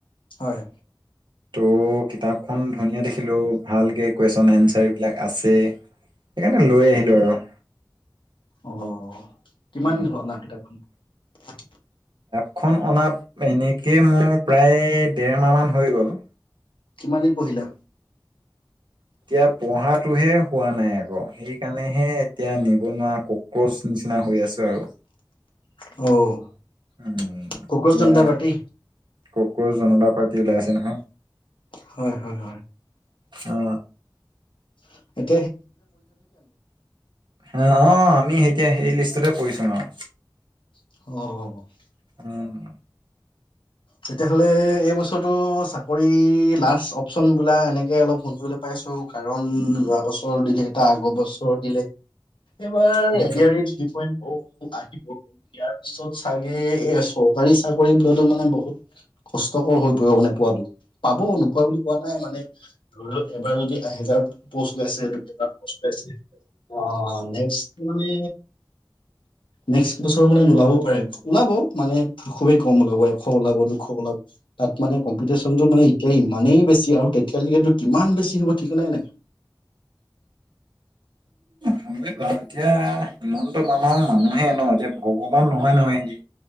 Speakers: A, on the left; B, on the right.
A: হয়।
B: ত' কিতাপখন ধুনীয়া দেখিলো আৰু ভালকে কুৱেশ্যন এনঞ্চাৰবিলাক আছে সেইকাৰণে লৈ আহিলো আৰু
A: অ'। কিমান
B: অ
A: হ না কিতাপখন <unintelligible>
B: খখন অনা এনেকেই মোৰ প্ৰায়ে দেৰমাহ মান হৈ গ'ল।
A: কিমান দিন পঢহিলা।
B: এতিয়া পঢ়াটোহে হোৱা নাই আকৌ সেইকাৰণেহে এতিয়া নিবনুৱা কক্ৰচ নিচিনা হৈ আছো আৰু।
A: অ',
B: উ',
A: কক্ৰচ
B: এতিয়া
A: জনতা পাৰ্টি?
B: কক জন প্ৰাৰতি লাইছে ন হা।
A: হয়', হয়', হয়'।
B: অ
A: স <inaudible>
B: অ', আমি সেইতিয়। সেই লিষ্টতে পৰিছোঁ আৰু।
A: অ', অ'।
B: উম'।
A: তেতিয়াহ'লে এই বছৰটো চাকৰি লাষ্ট অপচন বোলা এনেকে অলপ শুনিবলৈ পাইছো কাৰণ যোৱা বছৰ দিলেটা আগৰ বছৰ দিলে। এইবাৰ
B: হয়
A: A D R E three point ব আহিব। ইয়াৰ পিছত চাগে এ চৰকাৰী চাকৰি বোলতো মানে বহুত কষ্টকৰ হৈ পৰিব মানে পোৱাতটো, পাব নোপোৱা বুলি কোৱা নাই মানে ধৰি লওক এবাৰ যদি এহেজাৰ পোষ্ট ওলাইছে এইটো কিবা, পোষ্ট ওলাইছে। বা', নেক্সট মানে নেক্সট বছৰ মানে নোলাব পাৰে, ওলাব মানে খুবেই কম ওলাব এশ ওলাব লোকস অলপ তাত মানে কম্পিটিচনতটো মানে এতিয়া ইমানেই বেছি আৰু তেতিয়ালৈকেতো কিমান বেছি হ'ব ঠিক নাই নাই।
B: হয় বু, এতিয়া হিমন্ত মামা মানুহে ন এতিয়া ভগৱান নহয় নহয় সি